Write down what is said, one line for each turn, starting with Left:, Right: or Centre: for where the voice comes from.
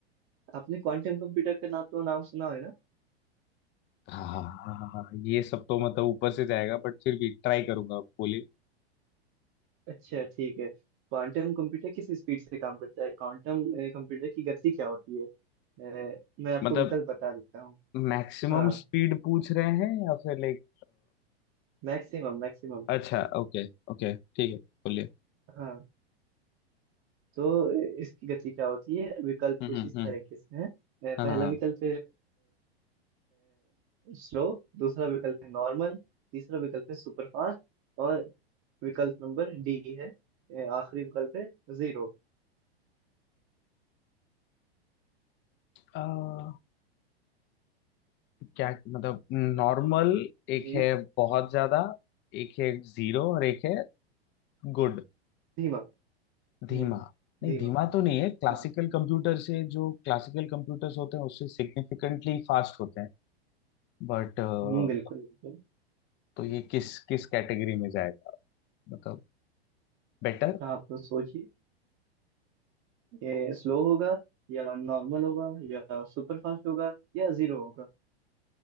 Right: आपने क्वांटम कंप्यूटर का नाम तो नाम सुना है ना
Left: हाँ ये सब तो मतलब ऊपर से जाएगा बट फिर भी ट्राई करूंगा आप बोलिए
Right: अच्छा ठीक है क्वांटम कंप्यूटर किस स्पीड से काम करता है क्वांटम कंप्यूटर की गति क्या होती है अ, मैं आपको
Left: मतलब
Right: विकल्प बता देता हूँ
Left: मैक्सिमम
Right: हाँ
Left: स्पीड पूछ रहे हैं या फिर लाइक
Right: मैक्सिमम मैक्सिमम
Left: अच्छा ओके ओके ठीक है बोलिए
Right: हाँ तो इसकी गति क्या होती है विकल्प
Left: हम्म
Right: कुछ
Left: हम्म
Right: इस
Left: हम्म,
Right: तरीके से है
Left: हाँ
Right: पहला
Left: हाँ
Right: विकल्प स्लो दूसरा विकल्प है नॉर्मल तीसरा विकल्प है सुपर फास्ट और विकल्प नंबर डी है ए, आखिरी विकल्प है जीरो
Left: हाँ। अ, क्या मतलब नॉर्मल
Right: जी
Left: एक
Right: जी
Left: है बहुत ज्यादा एक है जीरो और एक है गुड
Right: धीमा हम्म
Left: धीमा नहीं
Right: धीमा
Left: धीमा तो नहीं है क्लासिकल
Right: हाँ
Left: कंप्यूटर से जो क्लासिकल कंप्यूटर्स होते हैं उससे सिग्निफिकेंटली फास्ट होते हैं बट तो
Right: हम्म बिल्कुल बिल्कुल
Left: ये किस किस कैटेगरी में जाएगा मतलब बेटर
Right: आप सोचिए ये स्लो होगा या नॉर्मल होगा या सुपर फास्ट होगा या जीरो होगा